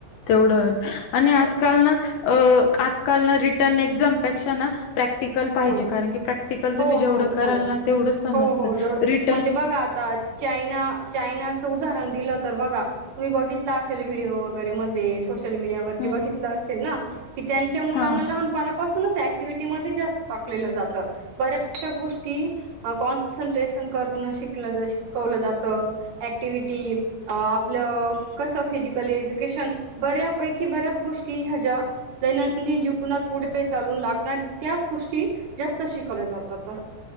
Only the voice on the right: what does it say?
हो
हो
हो
हो
हो हो जेवढं
म्हणजे बघा आता चायना चायनाचं उदाहरण दिलं तर बघा तुम्ही बघितलं असेल व्हिडिओ सोशल मीडियावर
बघितले असेल क त्यांच्या मुलांना
लहानपणापासूनच ऍक्टिव्हिटी मध्ये जास्त टाकले जाते बऱ्याचशा गोष्टी कॉन्सन्ट्रेशन करून शिकलं शिकवलं जाते ऍक्टिव्हिटी आपलं कसे फिजिकल एज्युकेशन बऱ्यापैकी ब गोष्टी ह्याच्या्या दैनंदिन जीवनात पुढे चालून लागणार त्याच गोष्टी जास्त शिकवल्या जातात